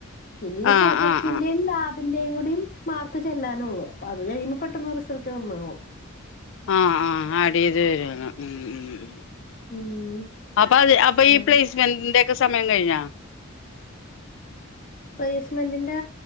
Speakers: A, on the left; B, on the left.
A: ഇനി ഈ
B: ആഹ്
A: പ്രൊജക്ടിന്റെയും
B: ആഹ് ആഹ്
A: ലാബി ന്റെയും കൂടി മാർക്ക് ചെല്ലാനുള്ളൂ അപ്പൊ അത് കഴിയുമ്പോ പെട്ടന്ന് റിസൾട്ട് വന്നോളും
B: ആഹ ആഹ് ആഡ് ചെയ്ത് വരുന്ന് ഉ ഉ
A: ഉം,
B: അപ്പ അ അപ്പൊ
A: അങ്ങനെ
B: ഈ പ്ലേസ്മന്റക്ക സമയം കഴിഞ്ഞാ
A: പ്ലേസ്മെന്റിന്റെ